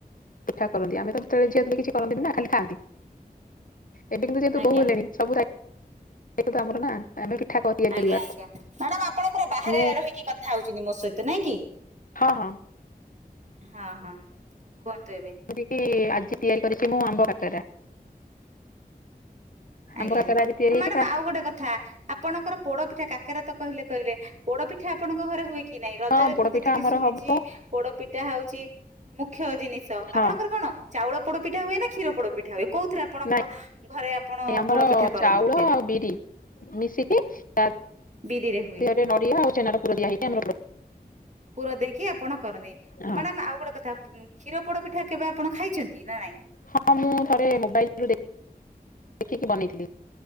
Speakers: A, on the left (about 60°); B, on the right (about 45°).
A: ପିଠା କରନ୍ତି ଆମେ ତ ସେତେବେଳେ ଝିଅ ଥିଲୁ କିଛି କରନ୍ତିିନି ନା ଖାଲି ଖାଆନ୍ତି। ଏବେ କିନ୍ତୁ ଯେହେତୁ
B: ଆଜ୍ଞା
A: ବୋହୂ ହେଲେଣି ସବୁ ଦାୟୀ ତ୍ଵ ଆମର ନା ଆମେ ପିଠା କରି ତିଆରି
B: ଆଜ୍ଞା
A: କରିବା
B: ଆଜ୍ଞା ମ୍ୟାଡାମ ଆପଣଙ୍କର ବାହାରେ
A: ମୁଁ
B: ରହିକି କଥା ହଉଛନ୍ତି ମୋ ସହିତ ନାଇଁ କି।
A: ହଁ ହଁ
B: ହଁ ହଁ। କୁହନ୍ତୁ ଏବେ।
A: ସେଠିକି ତିଆରି କରିଛି ମୁଁ ଆମ୍ବ କାକରା।
B: ଆଜ୍ଞା
A: ଆମ୍ବ କାକରା ଆଜି ତିଆରି
B: ମ୍ୟାଡାମ
A: ହେଇଛି ତା-
B: ଆଉ ଗୋଟେ କଥା ଆପଣଙ୍କର ପୋଡ ପିଠା କାକରା ତ କହିଲେ କହିଲେ ପୋଡ଼ ପିଠା ଆପଣଙ୍କ ଘରେ ହୁଏ କି ନାଇଁ ରଜରେ
A: ହଁ ପୋଡପିଠା
B: ମୁଁ ଯେତିକି
A: ଆମର
B: ଶୁଣିଛି
A: ହବ
B: ପୋଡ ପିଠା ହଉଛି ମୁଖ୍ୟ ଜିନିଷ
A: ହଁ
B: ଆପଣଙ୍କର କଣ ଚାଉଳ ପୋଡ଼ ପିଠା ହୁଏନା କ୍ଷୀର ପୋଡ ପିଠା ହୁଏ କୋଉଥିରେ ଆପଣଙ୍କ
A: ନାଇଁ
B: ଘରେ ଆପଣ
A: ଆମର
B: ପୋଡପିଠା କରନ୍ତି
A: ଚାଉଳ
B: ତିଆରି
A: ଆଉ ବିରି ମିଶିକି ତା
B: ବିରିରେ ହୁଏ
A: ଦେହରେ ନଡିଆ ଆଉ ଛେନାର ପୁର ଦିଆ ହେଇକି ଆମର ପୋଡ଼
B: ପୁର ଦେଇକି ଆପଣ କରନ୍ତି
A: ହଁ
B: ମ୍ୟାଡାମ ଆଉ ଗୋଟେ କଥା କ୍ଷୀର ପୋଡ ପିଠା କେବେ ଆପଣ ଖାଇଛନ୍ତି ନା ନାଇଁ?
A: ହଁ ମୁଁ ଥରେ ମୋବାଇଲରୁ ଦେଖିକି ବନେଇଥିଲି।